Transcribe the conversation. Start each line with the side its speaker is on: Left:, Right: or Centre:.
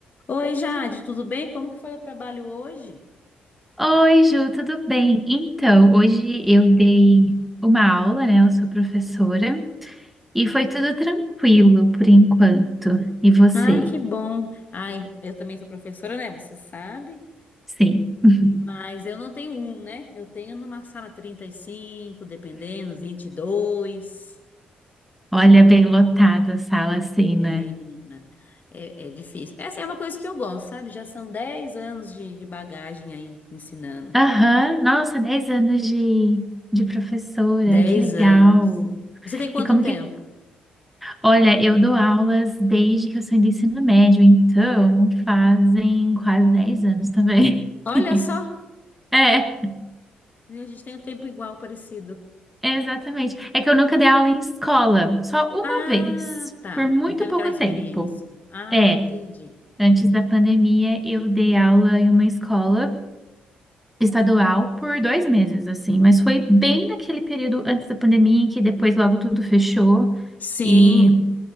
Left: Oi, Jade, tudo bem? Como que foi o trabalho hoje?
Centre: Oi, Ju, tudo bem? Então, hoje eu dei uma aula, né? Eu sou professora e foi tudo tranquilo por enquanto. E você?
Left: Ai, que bom. Ai, eu também sou professora, né? Você sabe.
Centre: Sim. <laughs>
Left: Mas eu não tenho um, né? Eu tenho numa sala 35, dependendo, 22.
Centre: Olha, bem lotada a sala assim,
Left: É,
Centre: né?
Left: menina, é, é difícil. Essa é uma coisa que eu gosto, sabe? Já são 10 anos de, de bagagem aí ensinando.
Centre: Aham, nossa, 10 anos de, de professora,
Left: 10
Centre: que legal.
Left: anos. Você tem quanto
Centre: E como
Left: tempo?
Centre: que. Olha, eu dou aulas desde que eu saí do ensino médio, então fazem quase 10 anos também.
Left: Olha
Centre: <laughs>
Left: só,
Centre: É.
Left: a gente tem um tempo igual, parecido.
Centre: Exatamente. É que eu nunca dei aula em escola, só uma
Left: Ah,
Centre: vez,
Left: tá.
Centre: por muito
Left: Não teve
Centre: pouco
Left: aquela experiência.
Centre: tempo.
Left: Ah,
Centre: É,
Left: entendi.
Centre: antes da pandemia eu dei aula em uma escola estadual por dois meses, assim, mas foi bem naquele período antes da pandemia, em que depois logo tudo fechou
Left: Sim.
Centre: e,